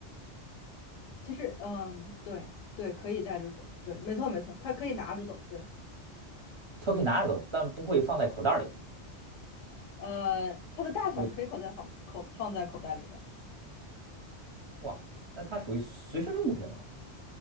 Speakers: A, on the left; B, on the right.
A: 其实嗯，对对，可以带着走，对，没错没错，它可以拿着走，对，
B: 它可以拿着走，但不会放在口袋里。
A: 对，呃，它的大小是可以口袋放口放在口袋里的。
B: 对，哇，那它属于随身物品了。